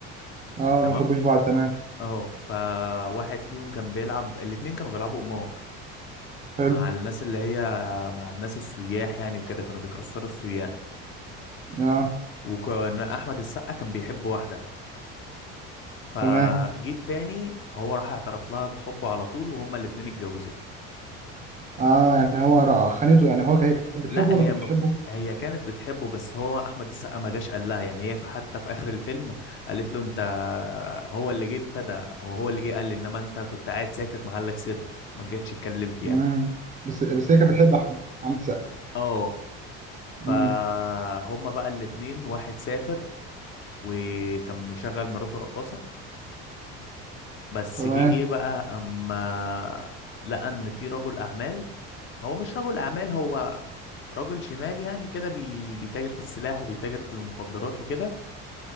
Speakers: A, on the right; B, on the left.
A: اه
B: تمام
A: ما بيحبوش بعض تمام
B: اه فواحد فيهم كان بيلعب الاتنين كانوا بيلعبوا قمار
A: حلو
B: مع الناس اللي هي مع الناس السياح يعني وكده كانوا بيخسروا السياح
A: اه
B: وكان احمد السقا كان بيحب واحدة فجيت
A: تمام
B: تاني هو راح اعترف لها بحبه على طول وهما الاتنين اتجوزوا
A: اه يعني هو را- خانته يعني هو كان- هي كانت بتحبه
B: لا
A: ولا
B: هي
A: ما كانتش
B: م...
A: بتحبه
B: هي كانت بتحبه بس هو احمد السقا ما جاش قال لها يعني هي في حتى في اخر الفيلم قالت له انت هو اللي جه ابتدى هو هو اللي جه قال لي انما انت كنت قاعد ساكت محلك سر ما جيتش اتكلمت يعني
A: امم بس بس هي كانت بتحب احمد عامل سقا
B: اه فهما
A: امم
B: بقى الاتنين واحد سافر وكان مشغل مراته رقاصة بس
A: تمام
B: جه ايه بقى اما لقى ان في رجل اعمال هو مش رجل اعمال هو رجل شمال يعني كده بي... بيتاجر في السلاح وبيتاجر في المخدرات وكده